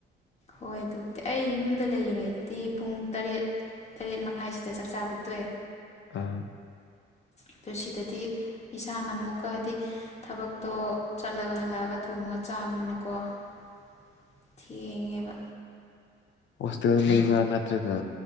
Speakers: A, on the left (about 35°); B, on the left (about 65°).
A: ꯍꯣꯏ ꯑꯗꯨꯕꯨꯗꯤ ꯑꯩ ꯌꯨꯝꯗ ꯂꯩꯔꯤꯉꯩꯗꯗꯤ ꯄꯨꯡ ꯇꯔꯦꯠ ꯇꯔꯦꯠ ꯃꯈꯥꯏꯁꯤꯗ ꯆꯥꯛꯆꯥꯥꯕ ꯇꯣꯛꯑꯦ
B: ꯑꯥ
A: ꯑꯗꯨ ꯁꯤꯗꯗꯤ ꯏꯁꯥꯅ ꯑꯃꯨꯛꯀ ꯍꯥꯏꯗꯤ ꯊꯕꯛꯇꯣ ꯆꯠꯂꯒ ꯍꯜꯂꯛꯑꯒ ꯊꯣꯡꯉꯒ ꯆꯥꯕꯅꯤꯅꯀꯣ
B: <inaudible>
A: ꯊ ꯏ
B: ꯋꯥꯁ ꯂꯩꯕ꯭ꯔ ꯅꯠꯇ꯭ꯔꯒ